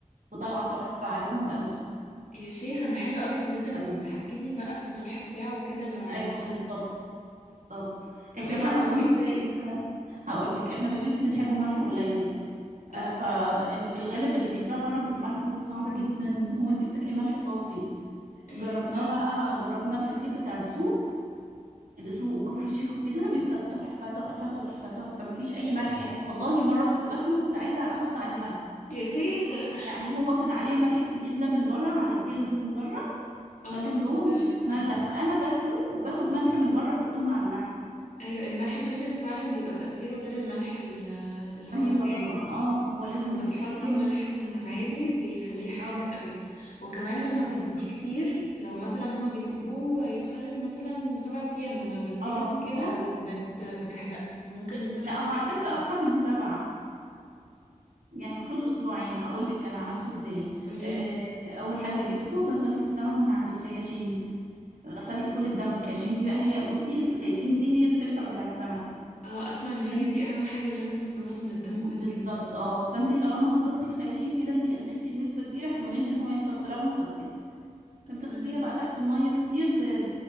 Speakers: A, on the right; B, on the left.
A: وطلع تحفه عجبهم قوي
B: يا شيخة ده حلو قوي بالذات ان انت
A: ايوه
B: تتحكمي بقى في الملح بتاعه وكده لو عايزاه
A: ايوه بالظبط بالظبط
B: طب
A: احنا
B: ايه
A: بقى
B: ده عملتيه
A: اصلا في
B: ازاي
A: البيت هقول لك احنا في البيت بنحبه ملح قليل آه،
B: اه
A: فاللي في الغالب اللي بيتباع بره بيبقى ملحه صعب جدا ان هو انت بتاكلي ملح صافي
B: ايوه
A: جربناه
B: فعلا
A: بقى جربنا الفسيخ بتاع دسوق دسوق وكفر الشيخ وكده بيبقى تحفة تحفة تحفة تحفة مفيش أي ملح يعني والله مرة كنت باكله كنت عايزة أحط عليه ملح
B: يا شيخة
A: يعني هو كان عليه الملح الكبير ده من بره على الجلد من بره
B: اه
A: لكن جوه مش
B: ال-
A: بتملح فأنا باكله وباخد ملح من بره أحطه مع اللحم
B: ايوه الملح الخشن فعلا بيبقى تأثيره غير الملح ال- اللي هو
A: أيوة
B: العادي
A: طبعا اه هو لازم
B: لما بتحطي
A: الفسيخ يتعمل
B: ملح
A: بملح
B: عادي
A: خشن
B: بيخليه حادق
A: اه
B: قوي وكمان لما بتسيبيه
A: أيوة.
B: كتير لو مثلا هما بيسيبوه يتخلل مثلا سبعة ايام لما بيزيد
A: اه
B: عن كده
A: اه
B: بت... بتحدق ممكن يكون
A: لا
B: حد
A: هو
B: بسبب
A: على فكرة
B: كده
A: أكتر من سبعة يعني المفروض أسبوعين هقول لك أنا عملته إزاي
B: قوليلي
A: آه، أول حاجة جبته غسلت السمك من عند الخياشيم غسلت كل الدم الخياشيم دي بقى هي بصي الخياشيم دي هي الفلتر بتاع السمكة
B: اه اسمع ان هي
A: فأنت-
B: دي اهم حاجة لازم تتنضف من الدم كويس
A: بالظبط
B: جدا
A: اه فأنتي طالما نضفتي الخياشيم كده أنتي قللتي بنسبة كبيرة احتمالية إن هو يحصل تلوث أو كده فبتغسليها
B: تمام
A: بقى تحت المية كتير ب... ب...